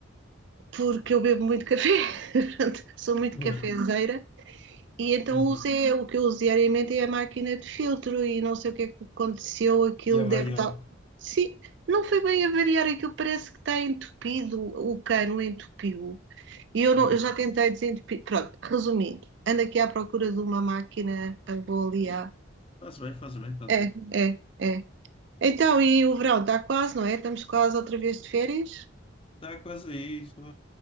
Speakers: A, on the right; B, on the left.
A: porque eu bebo muito café, <laughs> sou
B: <laughs>
A: muito
B: Uhum.
A: cafezeira. E então
B: Uhum.
A: usei, o que eu uso diariamente é a máquina de filtro e não sei o que é que aconteceu, aquilo
B: E avariou.
A: deve estar. Sim, não foi bem a variar, aquilo parece que está entupido, o cano entupiu. E eu,
B: Uhum.
A: não, eu já tentei desentupir. Pronto, resumindo, ando aqui à procura de uma máquina, vou ali à.
B: Faz bem, faz bem, faz
A: É,
B: bem.
A: é, é. Então, e o verão está quase, não é? Estamos quase outra vez de férias?
B: Está quase aí, estou